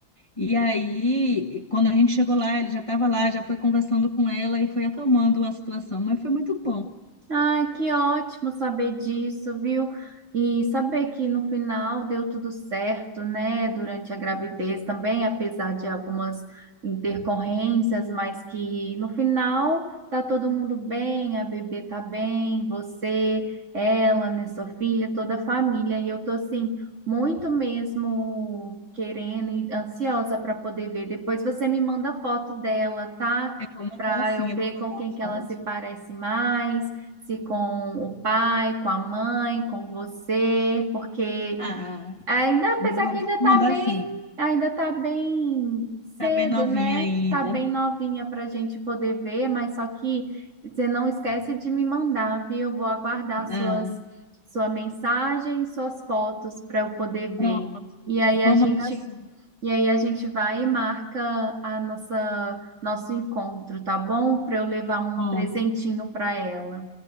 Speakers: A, on the left; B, on the right.
A: E aí, quando a gente chegou lá, ele já estava lá, já foi conversando com ela e foi acalmando a situação. Mas foi muito bom.
B: Ai, que ótimo saber disso, viu? E saber que no final deu tudo certo, né? Durante a gravidez também, apesar de algumas intercorrências, mas que no final tá todo mundo bem, a bebê tá bem, você, ela, né, sua filha, toda a família. E eu tô assim, muito mesmo querendo e ansiosa para poder ver. Depois você me manda foto dela, tá?
A: Eu vou mandar
B: Para
A: sim,
B: eu
A: eu
B: ver
A: vou mandar
B: com quem
A: uma
B: que
A: foto.
B: ela se parece mais se com o pai, com a mãe, com você, porque
A: Ah,
B: ainda,
A: vou
B: apesar
A: mandar,
B: que ainda
A: vou
B: tá
A: mandar
B: bem,
A: sim.
B: ainda tá bem cedo,
A: Tá bem novinha
B: né?
A: ainda.
B: Tá bem novinha pra gente poder ver, mas só que você não esquece de me mandar, viu? Eu vou aguardar
A: Ah,
B: suas sua mensagem, e suas fotos para eu poder
A: pronto.
B: ver. E aí
A: Vou
B: a gente
A: mandar sim,
B: e aí a gente vai e marca a nossa nosso encontro, tá bom? Para eu levar um
A: pronto.
B: presentinho para ela.